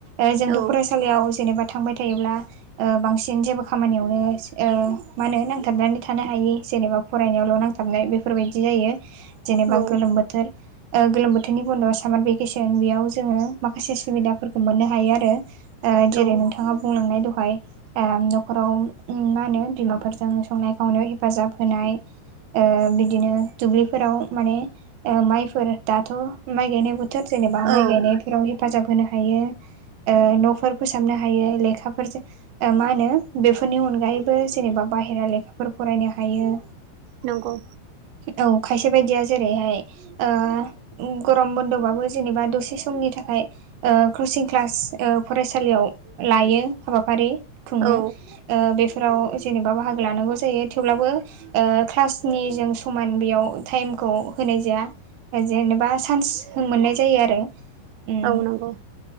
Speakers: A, on the right; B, on the right.
A: ओ जोंथ'
B: औ
A: फरायसा लियाव जेनेबा थांबाय थायोब्ला ओ बांसिन जेबो खामानियावनो ओ मा होनो नांथाबनानै थानो हायि जेनेबा फरायनायावल' नांथाबनाय बेफोरबायदि जायो। जेनेबा
B: औ
A: गोलोम बोथोर ओ गोलोम बोथोरनि बन्द'आव सामार भेकेसन बेयाव जोङो माखासे सुबिदाफोरखौ मोननो हायो ओ आरो जेरै
B: औ
A: नोंथाङा बुंलांनाय दहाय ओ न'खराव मा होनो बिमाफोरजों संनाय खावनायाव हेफाजाब होनाय ओ बिदिनो दुब्लिफोराव माने ओ माइफोर दाथ' माइ गायनाय बो थोर जेनेबा माइ
B: औ
A: गायनायफोराव हेफाजाब होनो हायो। ओ न'फोर फोसाबनो हायो लेखाफोरजों ओ मा होनो बेफोरनि अनगायैबो जेनेबा बाहेरा लेखाफोर फरायनो हायो।
B: नंगौ।
A: औ खायसे बायदिया जेरैहाय ओ ग'रम बन्द'बाबो जेनेबा दसे समनि थाखाय ओ कचिं क्लास ओ फरायसालियाव लायो हाबाफारि खुङो।
B: औ
A: ओ बेफोराव जेनेबा बाहागो लानांगौ जायो। थेवब्लाबो ओ क्लासनिजों समान बेयाव टाइमखौ होनाय जाया। ओ जेनेबा चान्स मोननाय जायो आरो। उम
B: औ नंगौ।